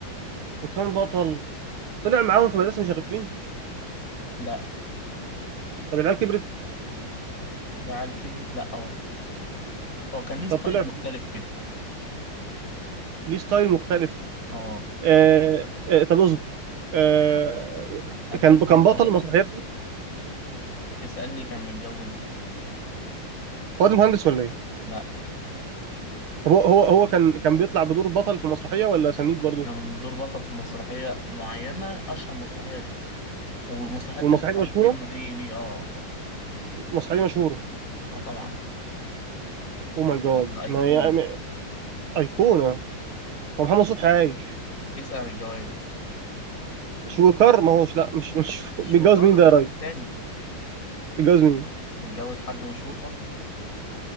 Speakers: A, on the right (about 80°); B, on the left (about 40°).
A: وكان بطل طلع معاهم في مدرسه مشاغبين
B: لا
A: طب العيال كبرت
B: ده على كبرت لا هو كان ليه ستايل
A: طب طلع
B: مختلف كده
A: ليه ستايل مختلف
B: اه
A: آه آه طب اصبر آه
B: هديك
A: كان كان
B: انت
A: بطل
B: بقى
A: المسرحيات دي
B: اسألني كان متجوز
A: فؤاد المهندس ولا ايه؟
B: لا
A: طب هو هو هو كان كان بيطلع بدور بطل في المسرحيه ولا سنيد برضه؟
B: كان دور بطل في مسرحية معينة أشهر مسرحية ليه ومسرحيات
A: والمسرحيه
B: تانية طبعا
A: دي مشهوره؟
B: كتير ما ليه ليه اه
A: المسرحيه دي مشهوره
B: اه آه طبعا
A: او ماي جاد
B: آه أيقونة
A: ما هي ما- ايقونه هو محمد صبحي عايش
B: اسأل عن الجواز
A: شويكار ما هوش لا مش مش
B: مش
A: <laughs> بيتجوز
B: شرطة
A: مين ده
B: في
A: يا راجل؟
B: حد تاني
A: بيتجوز مين؟
B: متجوز حد مشهور برضه